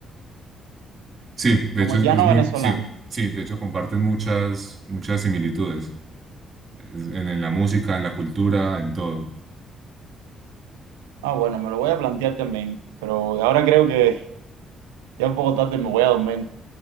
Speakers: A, on the right; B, on the right.
A: Sí, de
B: como
A: hecho
B: llano
A: es, es muy...
B: venezolano.
A: Sí, sí, de hecho comparten muchas, muchas similitudes Es- en, en la música, en la cultura, en todo.
B: Ah, bueno, me lo voy a plantear también, pero ahora creo que ya un poco tarde me voy a dormir.